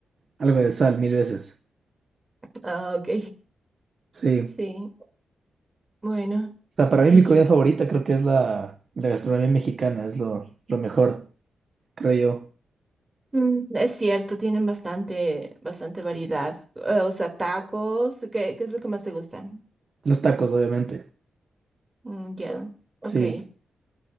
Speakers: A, on the right; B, on the right.
A: algo de sal, mil veces.
B: Ah, ok.
A: Sí.
B: Sí. Bueno.
A: O sea, para
B: Y
A: mí mi comida favorita creo que es la, la gastronomía mexicana, es lo, lo mejor, creo yo.
B: Mm, Es cierto, tienen bastante, bastante variedad. Eh, o sea, tacos, ¿qué, qué es lo que más te gusta?
A: Los tacos, obviamente.
B: Mm, ya, Ok.
A: Sí.